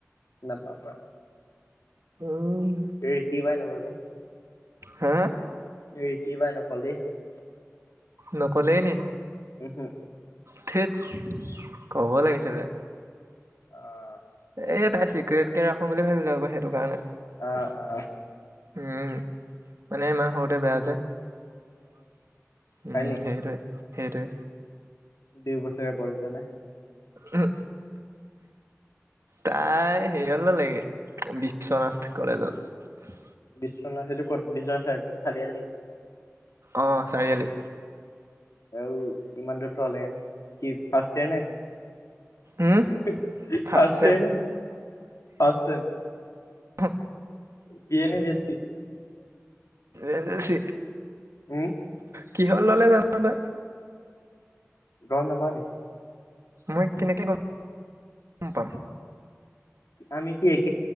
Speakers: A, on the left (about 85°); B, on the right (about 65°).
A: ন বাবা।
B: উম
A: এই সি পাই ন বলি।
B: হা
A: এ ৰিকি পাই নকলি।
B: নকলেই নি।
A: উহু।
B: ঠেত কব লাগিছিলে।
A: অ।
B: এ তাই চিক্ৰট কে ৰাখো বুলি ভাবিলো আকৌ সেইটো কাৰণে।
A: অ
B: উম,
A: অ
B: মানে ইমান সৰুতে বেয়া আছে। উম
A: হয় নি
B: সেইটোৱে সেইটোৱে।
A: দুই বছৰে পালটো না।
B: উম। তাই হেৰিয়াল, লগে বিশ্বনাথ কলেজত।
A: বিশ্বনাথ সেইটো ক'ত বিনা চাৰ চাৰিআলি ন।
B: আহ চাৰিআলি।
A: আৰু ইমান দ লোনে, কি ফাস্তেৰ নে?
B: Um
A: first year
B: first sem
A: first sem.
B: আহ।
A: দিয়ে নিদিয়ে চি?
B: এজচি।
A: ওম
B: কিহল ললে জানো বা?
A: গা নেপাওঁ নী।
B: মই কেনেকৈ গম, গম পাম?
A: আমি কি এক,